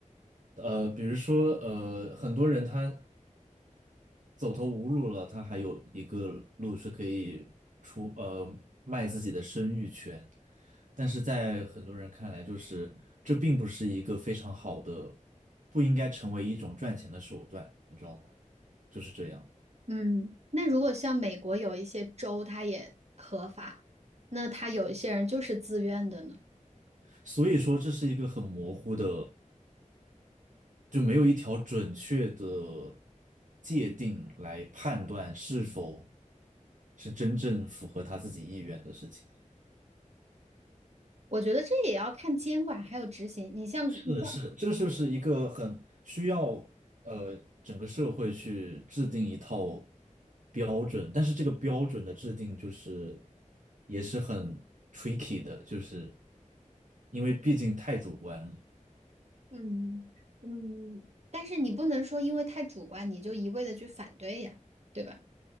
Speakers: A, on the right; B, on the right.
A: 呃，比如说呃，很多人他走投无路了，他还有一个路是可以出呃卖自己的生育权，但是在很多人看来，就是这并不是一个非常好的，不应该成为一种赚钱的手段，你知道吗？就是这样，
B: 嗯，那如果像美国有一些州，它也合法，那他有一些人就是自愿的呢。
A: 所以说这是一个很模糊的。就没有一条准确的界定来判断是否是真正符合他自己意愿的事情。
B: 我觉得这也要看监管还有执行。你像你像
A: 是是，这就是一个很需要呃整个社会去制定一套标准，但是这个标准的制定就是也是很 tricky 的，就是因为毕竟太主观了。
B: 嗯嗯，但是你不能说因为太主观，你就一味的去反对呀，对吧？